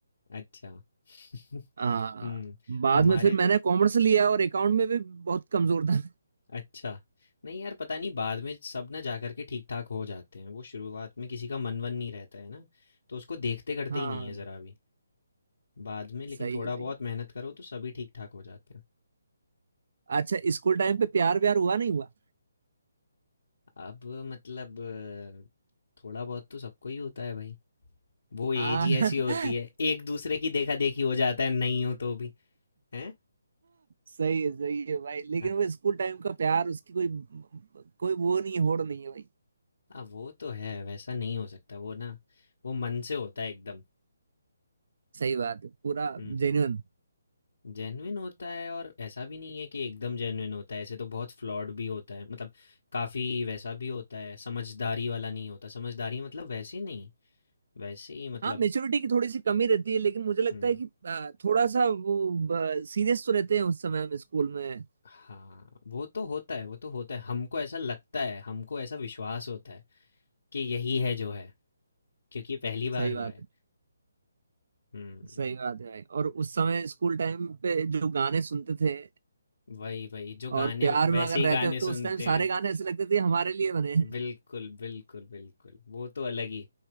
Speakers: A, on the left; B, on the right.
A: अच्छा <laughs>
B: आ,
A: हुँ,
B: बाद
A: हमारे
B: में फिर मैंने
A: तो
B: कॉमर्स लिया और अकाउंट में भी बहुत कमजोर था
A: अच्छा। नहीं यार, पता नहीं बाद में सब ना जा कर के ठीक-ठाक हो जाते हैं। वो शुरुआत में किसी का मन-वन नहीं रहता है ना, तो उसको देखते करते
B: हाँ
A: ही नहीं है ज़रा भी। बाद में लेकिन
B: सही
A: थोड़ा
B: है सही
A: बहुत मेहनत करो तो सभी ठीक-ठाक हो जाते हैं।
B: अच्छा स्कूल टाइम पे प्यार व्यार हुआ नहीं हुआ
A: अब मतलब अ, थोड़ा बहुत तो सबको ही होता है भाई। वो एज
B: हाँ
A: ही
B: <laughs>
A: ऐसी होती है, एक दूसरे की देखा-देखी हो जाता है, नहीं हो तो भी। हैं?
B: सही है सही है भाई लेकिन
A: अ,
B: वो स्कूल टाइम का प्यार उसकी कोई कोई वो नहीं है होड़ नहीं है भाई
A: हाँ, वो तो है, वैसा नहीं हो सकता। वो ना, वो मन से होता है एकदम।
B: सही बात है पूरा
A: हुँ, हुँ।
B: जेन्युइन
A: जेन्युइन होता है और ऐसा भी नहीं है कि एकदम जेन्युइन होता है ऐसे तो बहुत फ्लॉड भी होता है मतलब काफ़ी वैसा भी होता है समझदारी वाला नहीं होता समझदारी मतलब वैसे नहीं वैसे ही मतलब
B: हाँ मेच्योरिटी की थोड़ी सी कमी रहती है लेकिन मुझे लगता
A: हम्म
B: है कि आ, थोड़ा सा वो सीरियस तो रहते हैं उस समय हम स्कूल में
A: हाँ वो तो होता है वो तो होता है हमको ऐसा लगता है हमको ऐसा विश्वास होता है कि यही है जो है क्योंकि पहली बार
B: सही
A: हुआ
B: बात
A: है
B: है
A: हम्म
B: सही बात है भाई और उस समय स्कूल टाइम पे जो गाने सुनते थे
A: वही वही जो गाने
B: और प्यार
A: वैसे
B: में अगर
A: ही
B: रहते
A: गाने
B: हो
A: सुनते
B: तो उस टाइम सारे
A: हैं
B: गाने ऐसे लगते थे हमारे लिए बने हैं
A: बिल्कुल बिल्कुल बिल्कुल वो तो अलग ही